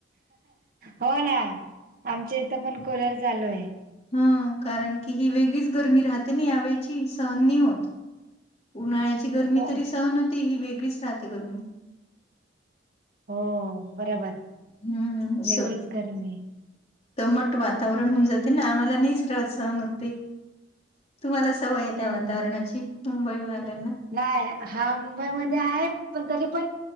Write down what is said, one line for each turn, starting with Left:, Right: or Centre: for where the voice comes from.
Right: हो ना आमच्या इथं पण कुलर चालू आहे
Left: हम कारण की ही वेगळीच गरमी राहते ना यावेळची सहन नाही होत उन्हाळ्याची गर्मी
Right: हो
Left: तरी सहन होते ही वेगळीच राहते गरमी
Right: हो बरोबर
Left: हम्म
Right: वेगळीच
Left: स
Right: गरमी आहे.
Left: दमट वातावरण होऊन जाते ना आम्हाला नाही सहन होते तुम्हाला सवय आहे त्या
Right: हम्म
Left: वातावरणाची मुंबईवर आल्यांना
Right: नाही हा मुंबईमध्ये आहे पण तरी पण